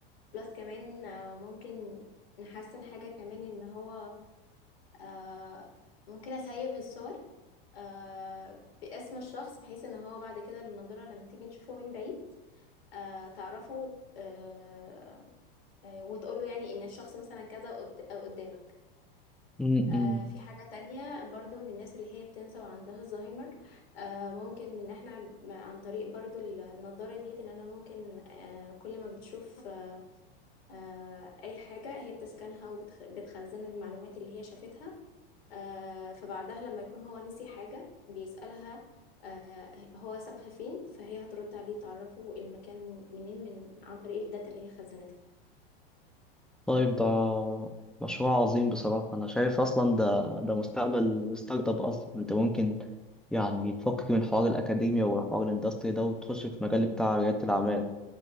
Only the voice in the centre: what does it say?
امم
طيب ده مشروع عظيم بصراحة انا شايف اصلا ده ده مستقبل ستارت اب اصلا انت ممكن يعني تفكك من حوار الاكاديميا وحوار الاندستري ده وتخش في مجال بتاع ريادة الاعمال